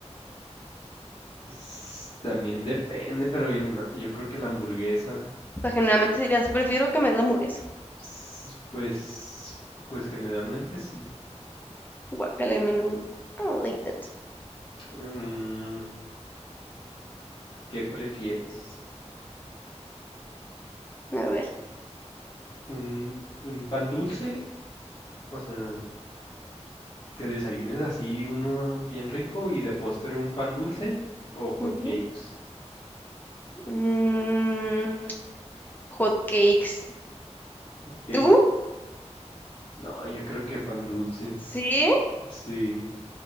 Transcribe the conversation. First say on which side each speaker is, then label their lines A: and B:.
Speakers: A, on the left; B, on the left.
A: pues, también depende, pero yo, no- yo creo que la hamburguesa,
B: O sea, generalmente dirías, prefiero que me des la hamburguesa.
A: s- pues, pues generalmente sí.
B: guácala de menudo. I don't like that.
A: Mm, ¿Qué prefieres?
B: A ver.
A: ¿Un, un pan dulce? O sea, que desayunes así uno bien rico y de postre un pan dulce o hot
B: ujú.
A: cakes.
B: Mm, hot cakes.
A: ¿Cake?
B: ¿Tú?
A: No, yo creo que pan dulce.
B: Sí.
A: Sí.